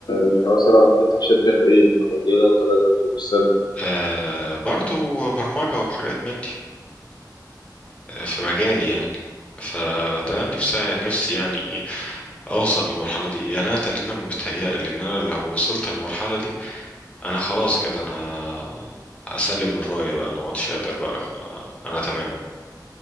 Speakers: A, on the left; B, on the left.
A: انت مثلا هتفتح شركة في ايه او دي نقطة لازم تبص لها
B: آه برضو برمجة وحاجات من دي آه، في مجالي يعني فده نفسي نفسي يعني أوصل للمرحلة دي يعني أنا تقريبا متهيألي إن أنا لو وصلت للمرحلة دي أنا خلاص كده أنا أسلم الراية بقى أنا مقعدش قادر بقى أنا تمام